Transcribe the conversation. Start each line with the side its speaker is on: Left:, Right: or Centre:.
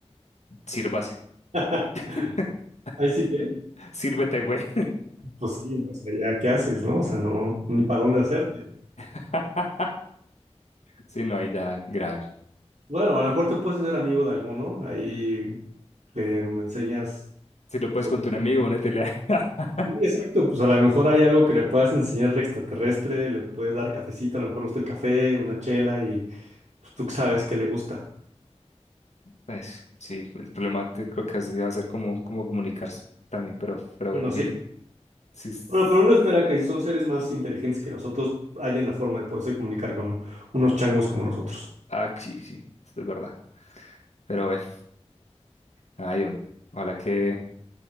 Left: sírvase.
Right: <laughs>
Left: <laughs>
Right: Ahí sí que.
Left: Sírvete, güey.
Right: Pues sí, o sea, ya, ¿qué haces, no? O sea, no, ni para dónde hacerte.
Left: <laughs> Sí, no, ahí ya grave.
Right: Bueno, a lo mejor te puedes hacer amigo de alguno. Ahí le enseñas
Left: Si no puedes
Right: sobre.
Left: con tu enemigo, únetele. <laughs>
Right: Sí, exacto. Pues a lo mejor hay algo que le puedas enseñar al extraterrestre. Le puedes dar cafecito, a lo mejor le gusta el café, una chela y pues, tú sabes que le gusta.
Left: Pues sí, el problema te- creo que así va a ser como, como comunicarse también, pero, pero
Right: Bueno,
Left: bueno, sí,
Right: sí.
Left: sí, es-
Right: Bueno, pero uno espera que si son seres más inteligentes que nosotros, hayan la forma de poderse comunicar con unos changos como nosotros.
Left: ah, sí, sí, eso es verdad. Pero bueno, ay, hombre, ojalá que,